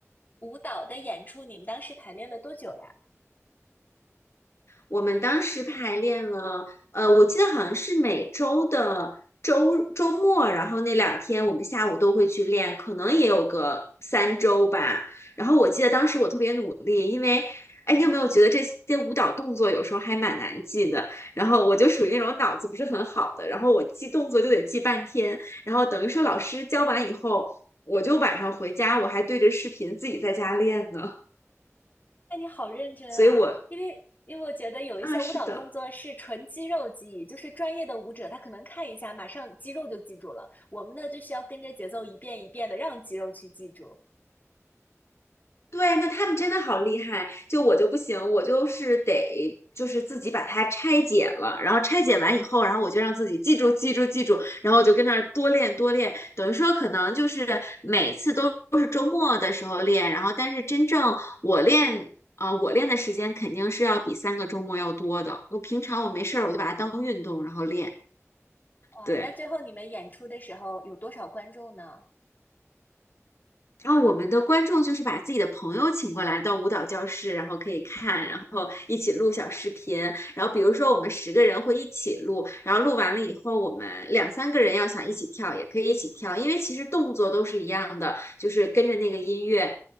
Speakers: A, on the left; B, on the left.
A: 舞蹈的演出，你们当时排练了多久呀？
B: 我们当时排练了，呃，我记得好像是每周的周周末，然后那两天我们下午都会去练，可能也有个三周吧。然后我记得当时我特别努力，因为，哎，你有没有觉得这些舞蹈动作有时候还蛮难记的？然后我就属于那种脑子不是很好的，然后我记动作就得记半天，然后等于说老师教完以后，我就晚上回家我还对着视频自己在家练呢，
A: 那你好认真啊，
B: 所以我
A: 因为因为我觉得有一些舞蹈动作是纯肌肉记忆，
B: 啊，是的。
A: 就是专业的舞者他可能看一下，马上肌肉就记住了。我们呢就需要跟着节奏一遍一遍的让肌肉去记住。
B: 对，那他们真的好厉害，就我就不行，我就是得就是自己把它拆解了，然后拆解完以后，然后我就让自己记住记住记住，然后我就跟那儿多练多练，等于说可能就是每次都都是周末的时候练，然后但是真正我练。呃，我练的时间肯定是要比三个周末要多的。我平常我没事儿，我就把它当运动，然后练。
A: 哇，
B: 对。
A: 那最后你们演出的时候有多少观众呢？
B: 然后我们的观众就是把自己的朋友请过来到舞蹈教室，然后可以看，然后一起录小视频。然后比如说我们十个人会一起录，然后录完了以后，我们两三个人要想一起跳，也可以一起跳，因为其实动作都是一样的，就是跟着那个音乐。